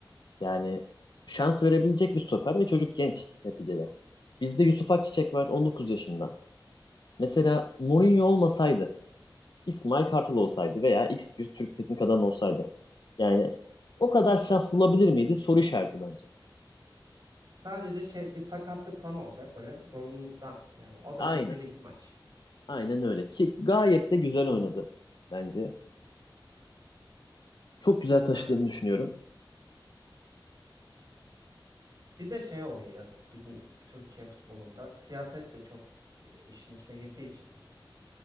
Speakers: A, on the left; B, on the right.
A: Yani şans verebilecek bir stoper ve çocuk genç neticede. Bizde Yusuf Akçiçek var 19 yaşında. Mesela Mourinho olmasaydı İsmail Kartal olsaydı veya X bir Türk teknik adam olsaydı. Yani o kadar şans bulabilir miydi? Soru işareti bence.
B: Sadece şey bir sakatlık falan olacak böyle zorunluluktan. Yani o da
A: Aynen.
B: bir, bir iki maç.
A: Aynen öyle. Ki gayet de güzel oynadı bence. Çok güzel taşıdığını
B: Aynen.
A: düşünüyorum.
B: Bir de şey oluyor ya bizim Türkiye futbolunda siyaset de çok e, işin içine girdiği için.